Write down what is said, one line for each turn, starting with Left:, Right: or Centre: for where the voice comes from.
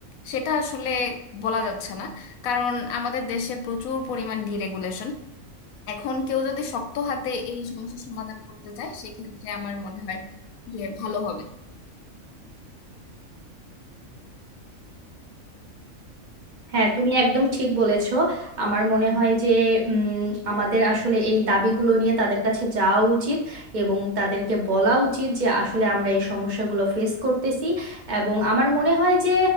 Left: সেটা আসলে বলা যাচ্ছে না কারণ আমাদের দেশে প্রচুর পরিমাণ ডিরেগুলেশন এখন কেউ যদি শক্ত হাতে এই সমস্যার সমাধান করতে চায় সেক্ষেত্রে আমার মনে হয় যে ভালো হবে
Right: হ্যাঁ তুমি একদম ঠিক বলেছো আমার মনে হয় যে উম, আমাদের আসলে এই দাবিগুলো নিয়ে তাদের কাছে যাওয়া উচিত এবং তাদেরকে বলা উচিত যে আসলে আমরা এই সমস্যাগুলো ফেস করতেছি এবং আমার মনে হয় যে